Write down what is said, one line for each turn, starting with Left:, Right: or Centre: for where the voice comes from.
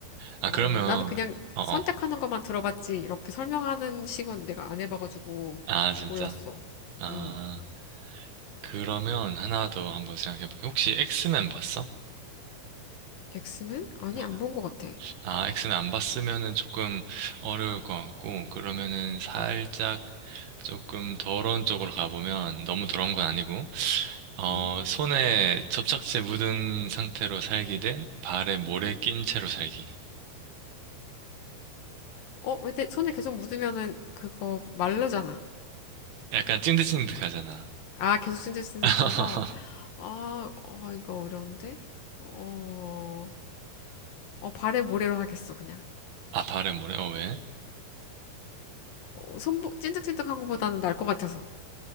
Right: 아, 그러면,
Left: 어, 나는 그냥
Right: 어,
Left: 선택하는
Right: 어.
Left: 것만 들어봤지. 이렇게 설명하는 식은 내가 안 해봐가지고
Right: 아, 진짜?
Left: 몰랐어.
Right: 아,
Left: 음,
Right: 그러면 하나 더 한번 생각해볼게. 혹시 엑스맨 봤어?
Left: 엑스맨? 아니,
Right: 어, 어.
Left: 안 본 것 같아.
Right: 아, 엑스맨 안 봤으면은 조금 어려울 것 같고, 그러면은 살짝
Left: 음,
Right: 조금 더러운 쪽으로 가보면, 너무 더러운 건 아니고, 어,
Left: 음.
Right: 손에 접착제 묻은 상태로 살기 대 발에 모래 낀 채로 살기.
Left: 어, 근데 손에 계속 묻으면은 그거 마르잖아.
Right: 약간 찐득찐득하잖아.
Left: 아, 계속 찐득찐득한
Right: <laughs>
Left: 거. 아, 어, 이거 어려운데? 어, 어, 발에 모래로 하겠어, 그냥.
Right: 아, 발에 모래? 어, 왜?
Left: 어, 손, 찐득찐득한 거보다는 날 것 같아서.